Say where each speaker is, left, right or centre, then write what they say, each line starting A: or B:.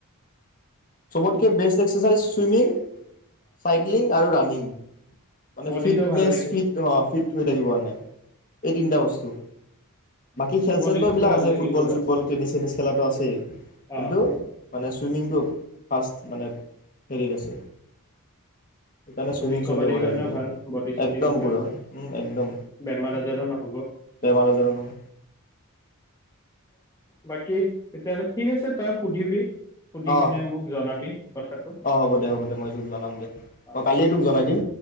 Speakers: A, on the left; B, on the left.
A: চবতকৈ বেষ্ট এক্সাৰচাইজ ছুইমিং চাইক্লিং আৰু ৰানিিং মানে
B: বডিটো
A: ফিটনেছ
B: ভাল থাকিল
A: ফিট ফিট হৈ থাকিব মানে এই তিনিটা বস্তু বাকী খেল
B: বডিটো
A: চেলটো
B: ভাল
A: আছে
B: থাকিল
A: ফুটবল
B: পুৰা
A: চুটবল টেনিছ চেনিছ খেলাটো আছেই কিন্তু
B: অ অ
A: মানে ছুইমিংটো ফাষ্ট মানে হেৰিত আছে সেইকাৰণে চুইমিং
B: ৰিকভাৰীৰ
A: চবেই কৰে
B: কাৰণেও
A: আজিকালি
B: ভাল বডি চটিৰ
A: একদম
B: কাৰণেও
A: পুৰা
B: ভাল
A: উম একদম
B: বেমাৰ আজাৰো নহ'ব
A: বেমাৰ আাজাৰো নহয়
B: বাকী তেতিয়াহ'লে ঠিক আছে তই সুধিবি সুধি
A: অঁ
B: কিনে মোক জনাবি কথাটো
A: অঁ হ'ব দে হ'ব দে মই তোক জনাম দে
B: অ
A: মই কালিয়ে তোক জনাই দিম